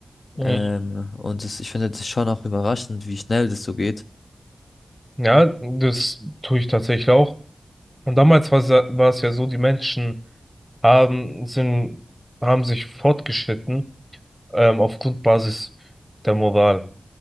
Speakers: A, in the centre; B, on the left.
A: Mhm.
B: Ähm, und das, ich finde das schon auch überraschend, wie schnell das so geht.
A: Ja, das tue ich tatsächlich auch. Und damals war es ja war es ja so, die Menschen haben, sind, haben sich fortgeschritten ähm, auf Grundbasis der Moral.